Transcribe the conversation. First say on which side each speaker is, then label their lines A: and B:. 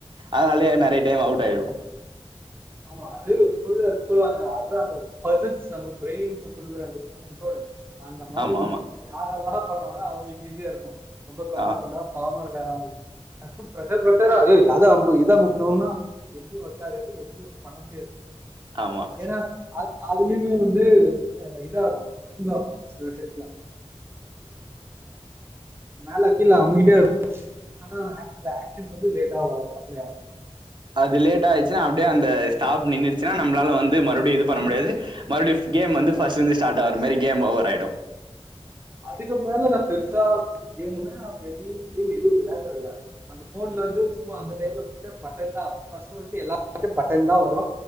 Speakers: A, on the right; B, on the right.
A: அதனாலயே நெறைய டைம் அவுட் ஆயிடு
B: ஆமா அது சொல்ற சொல்லுவாங்க அதா அந்த மசில்ஸ் நம்ம ப்ரெய்ன் <unintelligible> குடுக்குற அந்த கண்ட்ரோல் அந்த மாதிரி
A: ஆமா ஆமா
B: யாரெல்லா பண்ணுவாங்ளோ அவுங்களுக் ஈஸியா இருக்கு ரொம்ப கண்ட்ரோலா
A: ஆ
B: <unintelligible> ஏ அத அமுக்கு இத அமுக்னுனா எது ஒர்க் ஆகாது எதுமே ஒர்க் பண்ண முடியாது
A: ஆமா
B: ஏனா அ அதுலியுமே வந்து எ இதாகு இதாகும் சில் டைத்துல மேல கீழ அமுகிட்டே இரு ஆனா அ ஆக்சன்ஸ் வந்து லேட்டா வரு அப்டியா
A: அது லேட் ஆயிச்சினா அப்டியே அந்த ஸ்டாப் நின்னுடுச்சினா நம்ளால வந்து மறுபடியு இது பண்ண முடியாது மறுபடிய ஃப் கேம் வந்து ஃபஸ்ட்லந்து
B: ஆமா
A: ஸ்டாட் ஆவற மாரி கேம் ஓவர் ஆயிடு
B: அதுக்கு மேல நா பெர்சா கேமுன்னா பெரிய கேம் எதுவு வெளையான்டதில்ல அந்த ஃபோன்லந்து சும்மா அந்த டைம்ல நின்னுட்டு பட்டன் தா ஃபஸ்ட் ஃபஸ்ட் எல்லா கு பட்டன் தா வரு